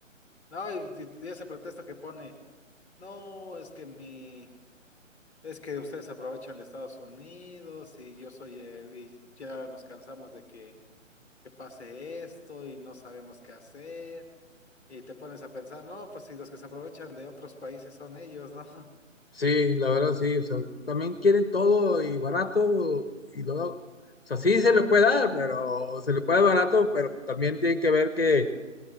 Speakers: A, in the centre; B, on the left.
A: no, y, y- y ese pretexto que pone, no, es que mi, es que ustedes aprovechan de Estados Unidos y yo soy el, y ya nos cansamos de que, que pase esto y no sabemos qué hacer. Y te pones a pensar, no, pues si los que se aprovechan de otros países son ellos, ¿no?
B: Sí, la verdad sí, o sea, también quieren todo y barato y luego, o sea, sí se le puede dar, pero se le puede dar barato, pero también tienen que ver que